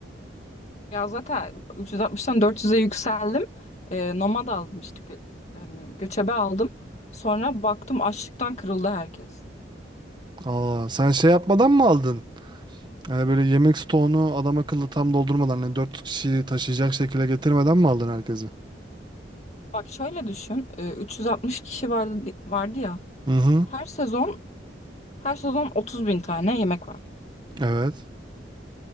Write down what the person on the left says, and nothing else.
Ya zaten 360'tan 400'e yükseldim. Ee, nomad aldım işte gö- yani göçebe aldım. Sonra baktım açlıktan kırıldı herkes.
Bak şöyle düşün. e, 360 kişi vardı vardı ya.
Her sezon Her sezon 30 bin tane yemek var.